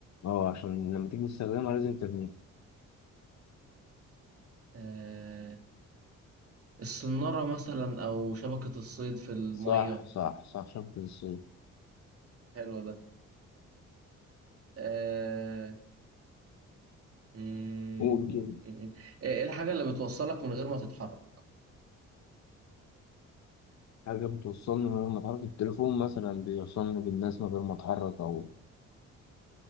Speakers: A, on the left; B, on the right.
A: اه عشان لما تيجي تستخدمها لازم ترميها
B: آه الصنارة مثلا او شبكة الصيد في المية
A: صح صح صح شبكة الصيد
B: حلو ده آه مم،
A: قول
B: مم.
A: كده
B: ايه الحاجة اللي بتوصلك من غير ما تتحرك
A: حاجة بتوصلني من غير ما اتحرك التليفون مثلا بيوصلني بالناس من غير ما اتحرك او